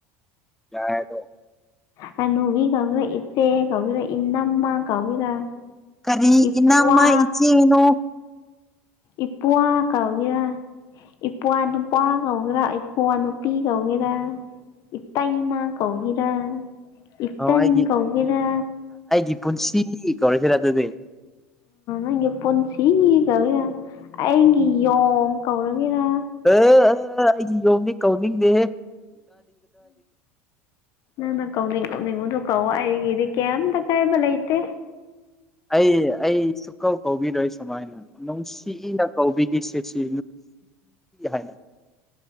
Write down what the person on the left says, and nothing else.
ꯍꯥꯅꯨꯕꯤ ꯀꯥꯎ꯭ꯔ ꯏꯠꯇꯦ ꯀꯕꯤꯔ ꯏꯅꯃ ꯀꯒꯔ
ꯏꯄ꯭ꯋꯥ
ꯏꯄ꯭ꯋꯥ ꯀꯧꯒꯦꯔꯥ ꯏꯄ꯭ꯋꯥ ꯅꯨꯄꯥ ꯀꯧꯒꯦꯔꯥ ꯏꯄ꯭ꯋꯥ ꯅꯨꯄꯤ ꯀꯧꯒꯦꯔꯥ ꯏꯇꯩꯃꯥ ꯀꯧꯒꯔꯥ ꯏꯠꯇꯟ
ꯀꯧꯒꯔꯥ
ꯑ ꯏ ꯄꯨꯟꯁꯤ ꯀꯧꯒꯦꯔ ꯑꯩꯒꯤ ꯌꯣꯡ ꯀꯧꯔꯒꯦꯔ
ꯎ ꯀꯧꯅꯤ ꯀꯅꯤꯡꯉ ꯀꯧ ꯑꯩꯒꯤꯗꯤ ꯀꯩꯝꯇ ꯀꯥꯏꯕ ꯂꯩꯇꯦ